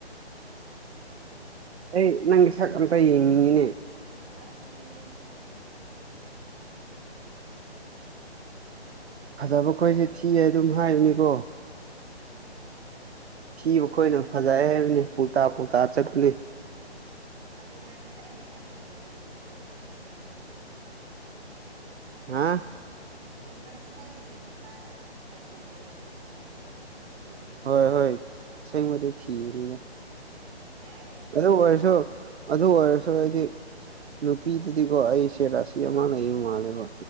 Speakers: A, on the right (about 70°); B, on the right (about 25°).
A: ꯑꯩ ꯅꯪꯒꯤ ꯁꯛ ꯑꯝꯇ ꯌꯦꯡꯅꯤꯡꯉꯤꯅꯦ
B: ꯑꯁ ꯊꯤꯕꯅꯦ ꯌꯦꯡꯉꯅꯨ
A: ꯐꯖꯕ ꯈꯣꯏꯁꯦ ꯊꯤꯌꯦ ꯑꯗꯨꯝ ꯍꯥꯏꯕꯅꯤꯀꯣ
B: ꯅꯠꯇꯦ ꯅꯠꯇꯦ
A: ꯊꯤꯕꯈꯣꯏꯅ
B: ꯑꯗꯨꯗꯤ ꯐꯖ
A: ꯐꯖꯩ
B: ꯑꯗꯨꯗꯤ
A: ꯍꯥꯏꯕꯅꯦ ꯄꯨꯜꯇꯥ ꯄꯨꯜꯇꯥ ꯆꯠꯄꯅꯦ
B: ꯍꯥꯏꯗꯤ ꯅꯪ ꯉꯁꯥꯏꯗꯗꯤ ꯅꯪ ꯐꯖꯩ ꯍꯥꯏꯕꯖꯦ ꯊꯤꯕ ꯑꯣꯏꯔꯝꯃꯦ ꯑꯁꯦꯡꯕꯗꯗꯤ
A: ꯍꯥ
B: ꯅꯪ ꯅꯪꯉꯁꯥꯏꯗꯒꯤ ꯅꯁꯥꯅ ꯑꯩ ꯐꯖꯩ ꯑꯩ ꯐꯖꯩ ꯍꯥꯏꯕꯗꯣ ꯑꯁꯦꯡꯕꯗꯤ
A: ꯍꯣꯏ ꯍꯣꯏ ꯑꯁꯦꯡꯕꯗꯤ ꯊꯤꯕꯅꯤꯗ
B: ꯌꯥꯏꯌꯦ
A: ꯑꯗꯨ ꯑꯣꯏꯔꯁꯨ ꯑꯗꯨ ꯑꯣꯏꯔꯁꯨ ꯑꯩꯗꯤ ꯅꯨꯄꯤꯗꯗꯤꯀꯣ ꯑꯩꯁꯦ ꯔꯥꯁꯤ ꯑꯃ ꯂꯩꯕ ꯃꯥꯜꯂꯦꯕ